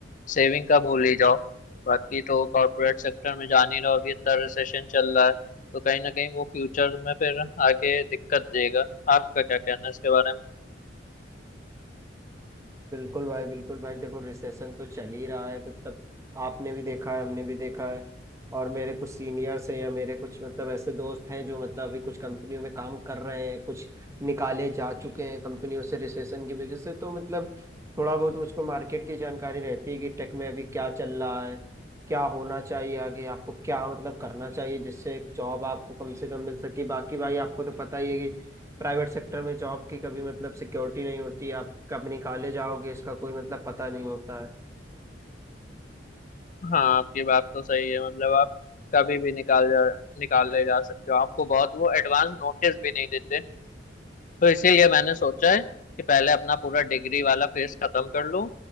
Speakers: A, on the left; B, on the right.
A: सेविंग का भूल ही जाओ बाकी तो कॉर्पोरेट सेक्टर में जान ही रहो अभी इतना रिसेशन चल रहा है तो कहीं ना कहीं वो फ्यूचर में फिर आगे दिक्कत देगा आपका क्या कहना है इसके बारे में
B: बिल्कुल भाई बिल्कुल भाई देखो रिसेशन तो चल ही रहा है मतलब आपने भी देखा है हमने भी देखा है और मेरे कुछ सीनियर्स हैं या मेरे कुछ मतलब ऐसे दोस्त हैं जो मतलब अभी कुछ कंपनियों में काम कर रहे हैं कुछ निकाले जा चुके हैं कंपनियों से रिसेशन की वजह से तो मतलब थोड़ा बहुत मुझको मार्केट की जानकारी रहती है कि टेक में अभी क्या चल रहा है क्या होना चाहिए आगे आपको क्या मतलब करना चाहिए जिससे जॉब आपको कम से कम मिल सके बाकी भाई आपको तो पता ही है कि प्राइवेट सेक्टर में जॉब की कभी मतलब सिक्योरिटी नहीं होती आप कब निकाले जाओगे इसका कोई मतलब पता नहीं होता है
A: हाँ आपकी बात तो सही है मतलब आप कभी भी निकाल जा निकाले जा सकते हो आपको बहुत वो एडवांस नोटिस भी नहीं देते तो इसीलिए मैंने सोचा है कि पहले अपना पूरा डिग्री वाला फेस खत्म कर लूं